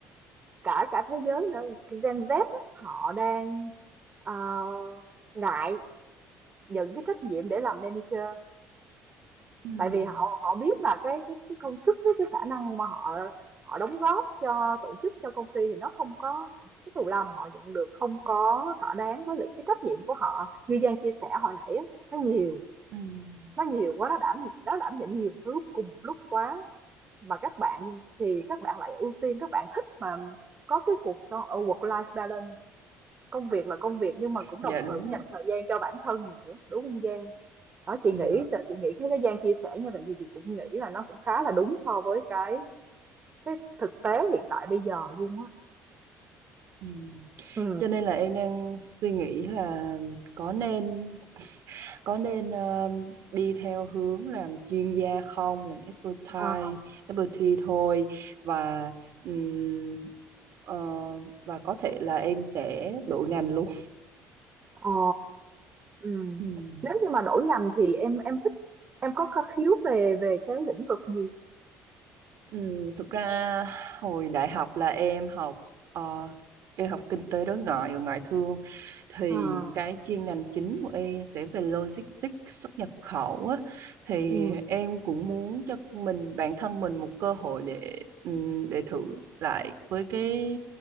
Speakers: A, on the right (about 30°); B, on the right (about 65°).
A: cả cả thế giới nữa Gen Z á, họ đang ờ, ngại nhận cái trách nhiệm để làm manager
B: Ừm,
A: tại vì họ họ biết là cái cái cái công sức với cái khả năng mà họ họ đóng góp cho tổ chức cho công ty thì nó không có cái thù lao mà họ nhận được không có thỏa đáng với lại cái trách nhiệm của họ như Giang chia sẻ hồi nãy á, nó nhiều
B: ừm,
A: nó nhiều quá nó đảm nó đảm nhận nhiều thứ cùng một lúc quá mà các bạn thì các bạn lại ưu tiên các bạn thích mà có cái cuộc sống ở work life balance công việc là công việc nhưng mà cũng
B: dạ
A: đồng
B: đúng
A: thời cũng dành
B: ạ.
A: thời gian cho bản thân nữa đúng không Giang đó chị
B: Dạ.
A: nghĩ chị nghĩ cái cái Giang chia sẻ như vậy thì chị cũng nghĩ là nó cũng khá là đúng so với cái cái thực tế hiện tại bây giờ luôn á
B: ừm.
A: ừ
B: Cho nên là em đang suy nghĩ là có nên có nên ờ, đi theo hướng làm chuyên gia không, làm expertise,
A: à,
B: expertise thôi và ừm, ờ, và có thể là em sẽ đổi ngành luôn.
A: ờ ừ
B: Ừm.
A: nếu như mà đổi ngành thì em em thích em có có khiếu về về cái lĩnh vực gì
B: Ừ, thực ra hồi đại học là em học ờ, em học kinh tế đối ngoại và ngoại thương thì
A: à
B: cái chuyên ngành chính của em sẽ về logistics xuất nhập khẩu á. Thì
A: ừ
B: em cũng muốn cho mình bản thân mình một cơ hội để ừm, để thử lại với cái